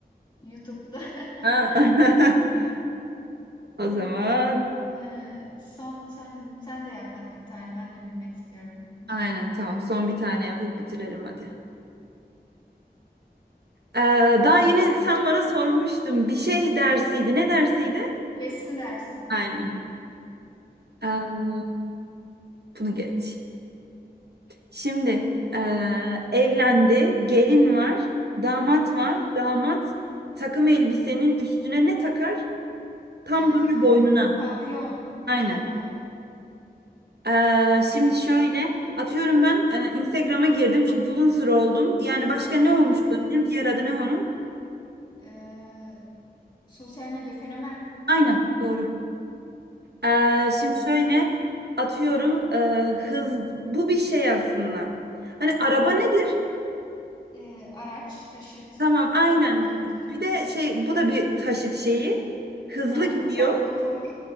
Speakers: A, on the left; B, on the right.
A: YouTube'da. <laughs>
B: Ha. <laughs> O zaman
A: Güzel. Son sen sen de yap hadi bir tane ben de bilmek istiyorum.
B: Aynen tamam. Son bir tane yapıp bitirelim hadi. Ee, daha yeni sen bana sormuştun. Bir şey dersiydi. Ne dersiydi?
A: Resim dersi.
B: Aynen. Ee, bunu geç. Şimdi ee, evlendi. Gelin var. Damat
A: Hı
B: var.
A: hı.
B: Damat takım elbisenin üstüne ne takar? Tam
A: Ee,
B: böyle boynuna.
A: papyon.
B: Aynen.
A: Papyon.
B: Ee, şimdi şöyle atıyorum ben ee, Instagram'a girdim. Influencer oldum. Yani başka ne olmuş
A: Evet.
B: olabilirim? Diğer adı ne onun?
A: Ee, sosyal medya fenomen.
B: Aynen. Doğru. Ee, şimdi şöyle atıyorum e, hız bu bir şey aslında. Hani araba nedir?
A: Ee, araç, taşıt,
B: Tamam aynen.
A: toplu ta-
B: Bir
A: taşım.
B: de şey bu da bir taşıt şeyi. Hızlı
A: Hı hı,
B: gidiyor.
A: Uçak, motor,